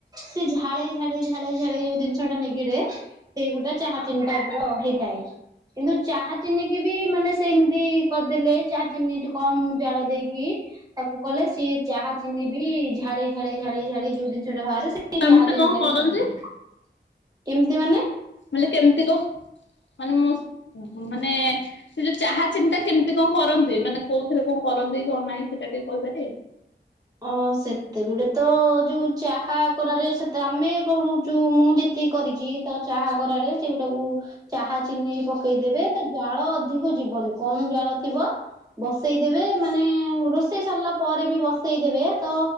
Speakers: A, on the right; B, on the left.
A: ସେ ଝାଳେଇ ଝାଳେଇ ଝାଳେଇ ଯେଉଁ ଜିନସ ଯେଉଟା ନିଗିଡେ ସେଇ ଗୋଟେ ଚାହା ଚନି ଟାଇପର ହେଇଥାଏ। କିନ୍ତୁ ଚାହା ଚିନି କି ବି ମାନେ ସେମିତି କରିଦେଲେ ଚା ଚିନି ଟ କମ ଜାଳ ଦେଇକି ତାକୁ କଲେ, ସିଏ ଚାହା ଚିନି ବି ଝାଳେଇ ଝାଳେଇ ଝାଳେଇ ଝାଳେଇ ଯୋଉ ଜିନିଷ ଟା ବାହାରେ ଏଇ
B: କେମିତି କଣ କରନ୍ତି?
A: <unintelligible> କେମିତି ମାନେ?
B: ମାନେ କେମିତି କ ମାନେ ମୁଁ ମାନେ ସେ ଯୋଉ ଚାହା ଚିନି ଟା, କେମିତି କଣ କରନ୍ତି? ମାନେ କୋଉଥିରେ କଣ କରନ୍ତି କଣ ନାହିଁ ସେଇଟା ଟିକେ କହିପାରିବେ?
A: ଓ ସେତେବେଳେ ତ ଯୋଉ ଚାହା କରାରେ ସେତେ ଆମେ କରୁ। ତୁ ମୁଁ ଯେତିକି କରିଛି ତ ଚାହା କରାରେ ସେଗୁଟାକୁ ଚାହା ଚିନି ପକେଇଦେବେ ତ, ଜାଳ ଅଧିକ ଯିବନି କମ ଜାଳ ଥିବ। ବସେଇଦେବେ, ମାନେ ରୋଷେଇ ସାରିଲା ପରେ ବି ବସେଇଦବେ ତ